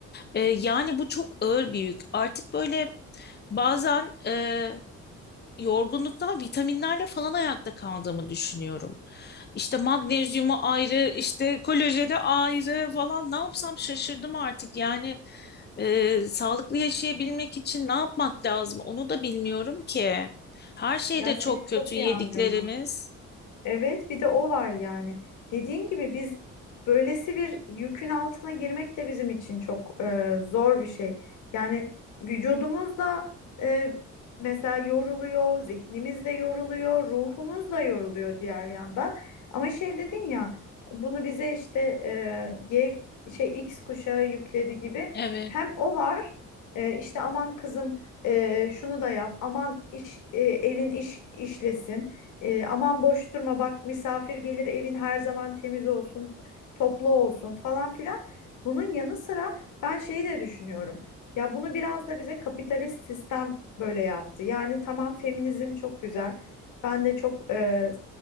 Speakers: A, on the left; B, on the left.
A: E, yani bu çok ağır bir yük. Artık böyle bazen e, yorgunluktan vitaminlerle falan ayakta kaldığımı düşünüyorum. İşte magnezyumu ayrı, işte kolajeni ayrı falan ne yapsam şaşırdım artık. Yani e, sağlıklı yaşayabilmek için ne yapmak lazım onu da bilmiyorum ki. Her şey
B: Ya
A: de
B: seni
A: çok
B: çok
A: kötü yediklerimiz.
B: iyi anlıyorum. Evet, bir de o var yani. Dediğin gibi biz böylesi bir yükün altına girmek de bizim için çok e, zor bir şey. Yani vücudumuz da e, mesela yoruluyor, zihnimiz de yoruluyor, ruhumuz da yoruluyor diğer yandan. Ama şey dedin ya, bunu bize işte e, Y şey X kuşağı yükledi gibi.
A: Evet.
B: Hem o var, e, işte aman kızım e, şunu da yap, aman iş e, elin iş işlesin. E, aman boş durma bak misafir gelir evin her zaman temiz olsun, toplu olsun falan filan. Bunun yanı sıra ben şeyi de düşünüyorum. Ya bunu biraz da bize kapitalist sistem böyle yaptı. Yani tamam feminizm çok güzel. Ben de çok e,